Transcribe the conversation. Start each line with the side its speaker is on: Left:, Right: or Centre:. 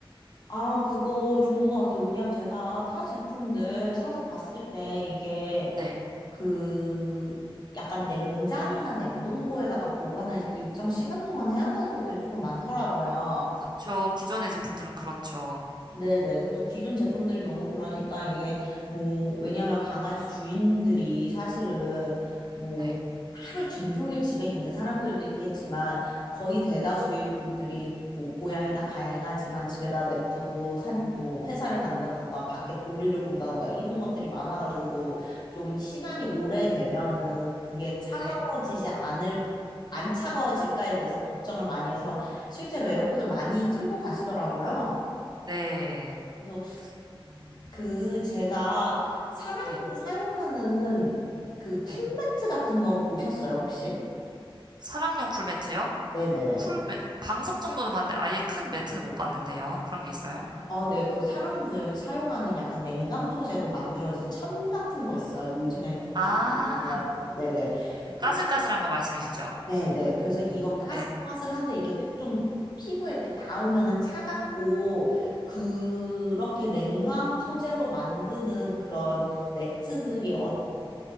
Left: 아, 그거 좋은 것 같아요. 왜냐하면 제가 타 제품들 사서 봤을 때 이게
Right: 네,
Left: 그 약간 냉장이나 냉동고에다가 보관을 일정 시간 동안 해야 되는 것들이 조금 많더라고요.
Right: 그렇죠. 기존의 제품들은 그렇죠.
Left: 네네. 그래서 기존 제품들이 너무 그러니까 이게 뭐, 왜냐면 강아지 주인들이 사실은 뭐,
Right: 네,
Left: 하루 종일 집에 있는 사람들도 있겠지만 거의 대다수의 분들이 뭐, 고양이나 강아지만 집에다 냅두고 산, 뭐, 회사를 간다던가 밖에 볼일을 본다던가 이런 것들이 많아가지고 좀 시간이 오래되면은 그게 차가워지지
Right: 네,
Left: 않을 안 차가워질까에 대해서 걱정을 많이 해서 실제로 에어컨을
Right: 음,
Left: 많이 틀고 가시더라고요.
Right: 네,
Left: 그래서
Right: 음,
Left: 그 제가 사람들이
Right: 네,
Left: 사용하는 그 쿨매트
Right: 네.
Left: 같은 거 보셨어요, 혹시?
Right: 사람용 쿨매트요?
Left: 네네네.
Right: 쿨매트, 방석 정도는 봤는데 아예 큰 매트는 못 봤는데요. 그런 게 있어요?
Left: 어, 네. 그 사람들 사용하는 약간 냉감 소재로 만들어진 천 같은 거 있어요. 요즘에 좀
Right: 아,
Left: 기분이 좋아. 네네.
Right: 그 까슬까슬한
Left: 그래서,
Right: 거 말씀이시죠?
Left: 네네. 그래서 이거 까슬까슬한데
Right: 네.
Left: 이렇게 좀 피부에 이렇게 닿으면은 차갑고, 그렇게 냉감 소재로 만드는 그런 매트들이 어,